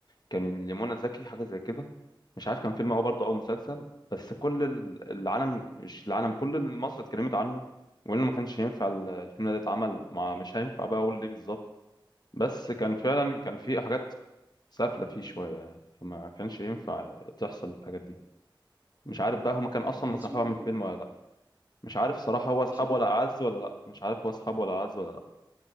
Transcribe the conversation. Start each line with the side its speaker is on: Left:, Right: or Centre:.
Left: كان لمنى زكي حاجه زي كده مش عارف كان فيلم او برضه او مسلسل بس كل ال- العالم مش العالم كل مصر اتكلمت عنه وانه ما كانش ينفع ال- الفيلم ده يتعمل مع مش هينفع بقى اقول ليه بالظبط بس كان فعلا كان في حاجات سافله فيه شويه يعني فما كانش ينفع تحصل الحاجات دي مش عارف بقى هما كان اصلا
Right: وكان
Left: مسحوها
Right: اسمه
Left: من الفيلم ولا لا مش عارف صراحه هو
Right: كان
Left: اصحاب
Right: اسمه
Left: ولا اعز ولا لا مش عارف هو اصحاب ولا اعز ولا لا